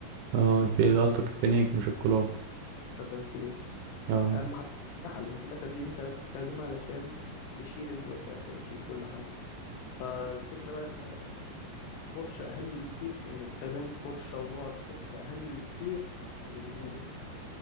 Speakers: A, on the right; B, on the left.
A: اه
B: فاهمني
A: الفي- قصدك الفينيك مش الكلور
B: مثلا الفينيك
A: اه
B: أهم حاجة المساحة لأن في الآخر دي أنت اللي انت بتستخدمها علشان تشيل الوساخة وتشيل كل حاجة فالفكرة بقى إن الفرشة أهم بكتير يعني استخدام الفرشة ونوع الفرشة أهم بكتير من